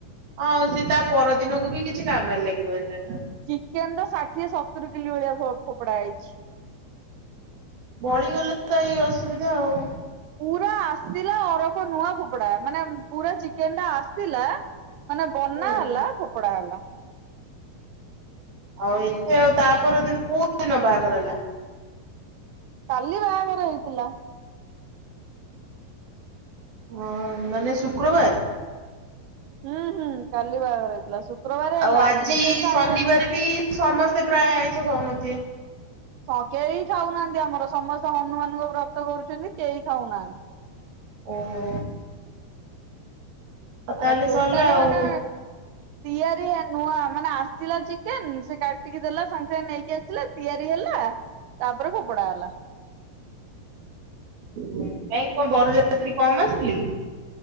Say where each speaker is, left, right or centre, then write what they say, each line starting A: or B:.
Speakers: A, on the right; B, on the right.
A: ହଁ ଆଉ ସେ ତା ପରଦିନକୁ ବି କିଛି କାମରେ ଲାଗିବନି।
B: ଚିକେନ୍ ତ ଷାଠିଏ ସତୁରି କିଲି ଭଳିଆ ଫୋ-ଫୋପଡା ହେଇଛି।
A: ବଢିଗଲେ ତ ଏଇ ଅସୁବିଧା ଆଉ।
B: ପୁରା ଆସିଥିଲା ଅରଖ ନୂଆ ଫୋପଡ଼ା, ମାନେ ପୁରା ଚିକେନ ଟା ଆସିଥିଲା ମାନେ ବନା
A: ହୁଁ
B: ହେଲା, ଫୋପଡା ହେଲା।
A: ଆଉ ଆଉ ତା ପର ଦିନ କୋଉ ଦିନ ବାହାଘର ହେଲା?
B: କାଲି ବାହାଘର ହେଇଥିଲା।
A: ହଁ ମାନେ ଶୁକ୍ରବାର?
B: ହୁଁ ହୁଁ କାଲି ବାହାଘର ହେଇଥିଲା ଶୁକ୍ରବାର ହେଲା
A: ଆଉ ଆଜି
B: ତ କେହି ଖାଇବେନି।
A: ଶନିବାର ବି ସମସ୍ତେ ପ୍ରାୟ ଆଇଁଷ ଖାଉନଥିବେ।
B: ସ କେହି ଖାଉନାହାଁନ୍ତି ଆମର, ସମସ୍ତେ ହନୁମାନଙ୍କୁ ବ୍ରତ କରୁଛ ଛନ୍ତି କେହି ଖାଉନାହାଁନ୍ତି।
A: ଓହୋ ଆଉ ତାହେଲେ
B: ଆ ଟୋଟାଲ
A: ସରିଲା ଆଉ
B: ମାନେ, ତିଆରି ନୂଆ ମାନେ ଆସିଲା ଯେ ଚିକେନ୍ ସେ କାଟିକି ଦେଲା ସାଙ୍ଗେ ସାଙ୍ଗେ ନେଇକି ଆସିଲେ ତିଆରି ହେଲା, ତାପରେ ଫୋପଡ଼ା ହେଲା।
A: କାହିଁ କଣ ବରଯାତ୍ରୀ କମ ଆସିଥିଲେ କି?